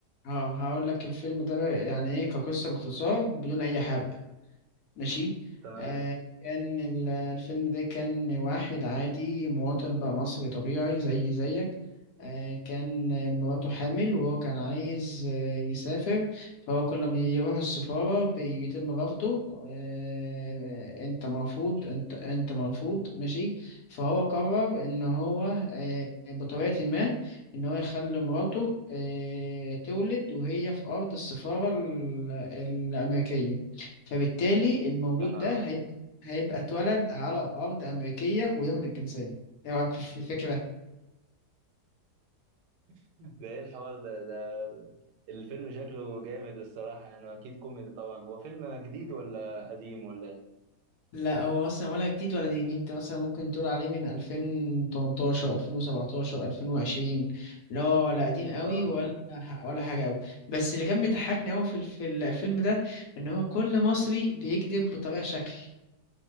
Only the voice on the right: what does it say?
تمام
يا نهار
ابيض
<laughs> ده ايه الحوار ده ده الفيلم شكله جامد الصراحة يعني واكيد كوميدي طبعا هو فيلم جديد ولا قديم ولا ايه
اه